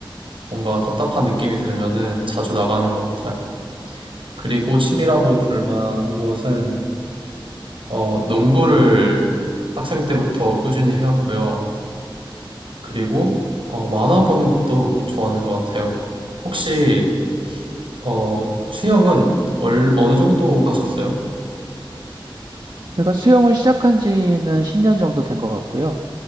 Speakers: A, on the right (about 75°); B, on the right (about 55°).
A: 뭔가 답답한 느낌이 들면은 자주 나가는 것 같아요. 그리고 취미라고 볼만한 것은 어, 농구를 학생 때부터 꾸준히 해왔고요. 그리고 어, 만화 보는 것도 좋아하는 것 같아요. 혹시 어, 수영은 얼- 어느 정도 하셨어요?
B: 제가 수영을 시작한 지는 10년 정도 된 것 같고요.